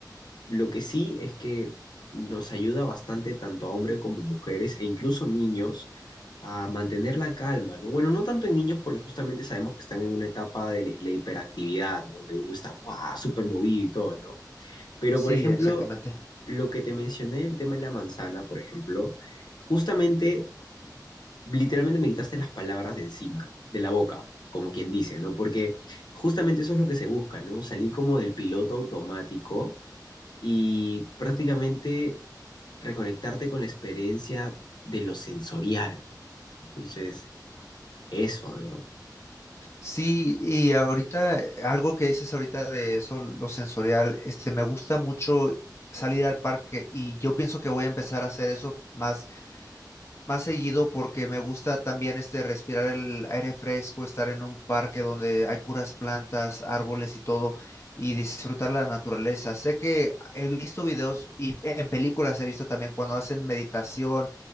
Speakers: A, on the left; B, on the left.
A: Lo que sí es que nos ayuda bastante tanto a hombres como mujeres e incluso niños a mantener la calma, ¿no? Bueno, no tanto en niños porque justamente sabemos que están en una etapa de la la hiperactividad, ¿no? Donde uno está, ¡buah!, súper movido y todo, ¿no? Pero,
B: Sí,
A: por ejemplo,
B: exactamente.
A: lo que te mencioné, el tema de la manzana, por ejemplo, justamente, literalmente me quitaste las palabras de encima, ¿no? De la boca, como quien dice, ¿no? Porque justamente eso es lo que se busca, ¿no? Salir como del piloto automático y prácticamente reconectarte con la experiencia de lo sensorial, ¿no? Entonces, eso, ¿no?
B: Sí, y ahorita eh, algo que dices ahorita de eso, lo sensorial, este, me gusta mucho salir al parque y yo pienso que voy a empezar a hacer eso más más seguido porque me gusta también este respirar el aire fresco, estar en un parque donde hay puras plantas, árboles y todo, y disfrutar la naturaleza. Sé que he visto videos y en películas he visto también cuando hacen meditación